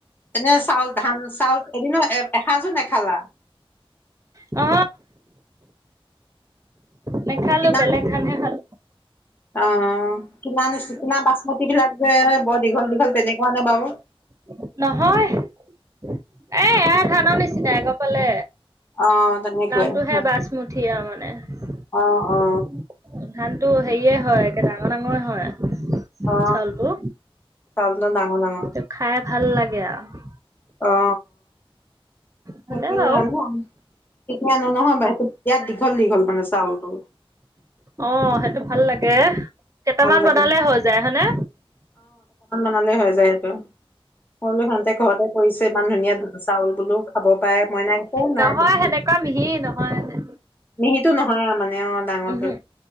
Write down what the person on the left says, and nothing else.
এনে চাউল ধান চাউল এদিনো এ এসাঁজো নেখালা?
কিনা
অ কিনা নে কিনা বাচমতি <unintelligible> সিবিলাক যে বৰ দীঘল দীঘল তেনেকুৱা নে বাৰু?
অ তেনেকুৱাই
অ অ
অ
চাল ন ন <unintelligible> অ ডাঙৰ
অ।
তাকে
আনো কেতিয়া আনো নহয় ব বিয়াত দীঘল দীঘল মানে চাউলটো।
ভাল লাগে
<unintelligible> সলো সিহতে ঘৰতে কৰিছে ইমান ধুনীয়া চাউল বোলো খাব পাৰে মই নাই একো নাই
বেছি
মিহিো নহয় মানে অ ডাঙৰটো